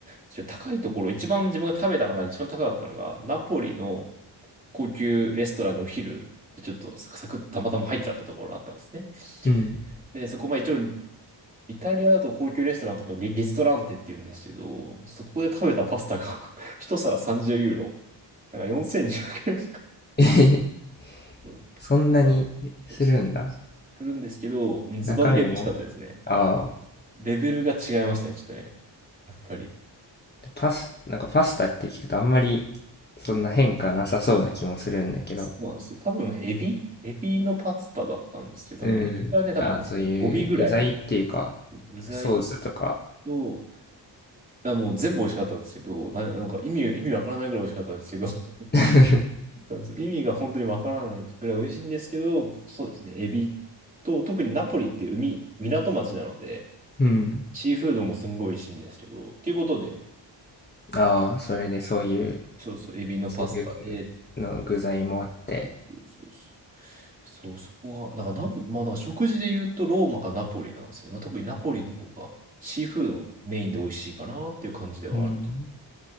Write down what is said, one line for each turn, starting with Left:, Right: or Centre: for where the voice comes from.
Right: ちょっと高いところ、一番自分が食べたのが一番高かったのが、ナポリの高級レストランのお昼でちょっとサクサクたまたま入っちゃったところあったんですね。
Left: うん。
Right: で、そこまあ一応、イタリアだと高級レストランのことをリ、リストランテって言うんですけど、そこで食べたパスタが <laughs> 一皿30ユーロ。だから4020
Left: <laughs> えへへ
Right: そう。
Left: そんなにするんだ。
Right: ただ、そうそう。するんですけど、ズバ抜けて美味しかったですね。
Left: 中身も。ああ、
Right: レベルが違いましたね、ちょっとね。やっぱり。
Left: パス、なんかパスタって聞くとあんまりそんな変化なさそうな気もするんだけど。
Right: そうなんですよ。多分、エビエビのパスタだったんですけど、
Left: うん。
Right: 多分、エビがね、多分ね、
Left: ああ、そういう具材っていうか、
Right: 5尾ぐらい。具材
Left: ソースとか。
Right: と、あ、もう全部美味しかったんですけど、な、なんか意味、意味わからないぐらい美味しかったんですけど、<laughs> そ
Left: <laughs>
Right: うそう意味が本当にわからないぐらい美味しいんですけど、そうですね、エビと、特にナポリって海、港町なので、
Left: うん。
Right: シーフードもすんごい美味しいんですけど、っていうことで、
Left: <laughs> ああ、それでそういう
Right: そうそう、エビのパスタで、
Left: シーフードの具材もあって。
Right: そうそうそう。そう、そこが、だからナポ、まあ、だから食事で言うとローマかナポリなんですよね。まあ、特にナポリの方がシーフードメインで美味しいかなっていう感じではあると。
Left: うん。